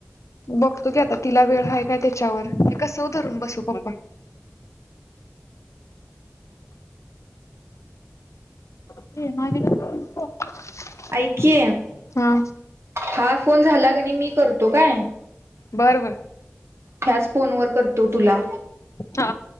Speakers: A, on the left; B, on the right.
A: बघतो की आता तिला वेळ हाय का त्याच्यावर. कस व धरून बसू पप्पा? <unintelligible>
B: ऐक की
A: हा.
B: हा फोन झाला क नी मी करतो काय.
A: बर बर
B: ह्याच फोन वर करतो तुला.
A: हा